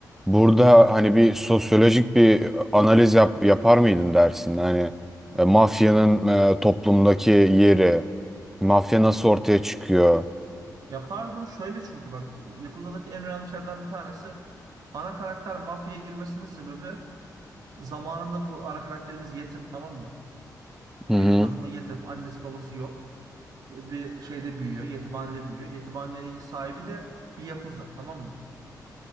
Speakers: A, in the centre; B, on the right.
A: Burada
B: Evet.
A: hani bir sosyolojik bir analiz yap, yapar mıydın dersin? Hani e, mafyanın e, toplumdaki yeri, mafya nasıl ortaya çıkıyor?
B: Yapardım şöyle çünkü bak Yakuza'daki en önemli şeylerden bir tanesi ana karakter mafyaya girmesinin sebebi Zamanında bu ana karakterimiz yetim tamam mı?
A: Hı
B: Kiryu
A: hı.
B: Kazuma yetim. Annesi babası yok. Bir şeyde büyüyor. Yetimhanede büyüyor. Yetimhanenin sahibi de bir yakuza tamam mı?